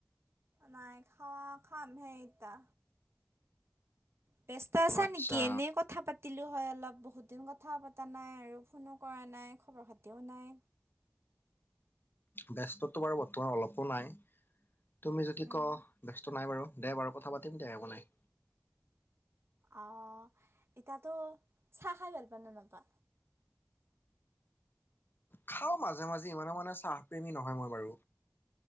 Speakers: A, on the right; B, on the left.
A: নাই খওৱা খামহে এতিয়া। ব্যস্ত আছা
B: অ আচ্ছা
A: নেকি? এনেই কথা পাতি লো হয় অলপ, বহুত দিন কথা পতা নাই আৰু ফোনো কৰা নাই খবৰ খাতিও নাই।
B: ব্যস্তটো বাৰু বৰ্তমান অলপো নাই, তুমি যদি
A: উম,
B: ক ব্যস্ত নাই বাৰু। দে বাৰু কথা পাতিম দে একো নাই।
A: অঁ ইতাতো চাহ খাই ভাল পা ন নাপা?
B: খাওঁ মাজে মাজে, ইমানও মানে চাহ প্ৰেমী নহয় মই বাৰু।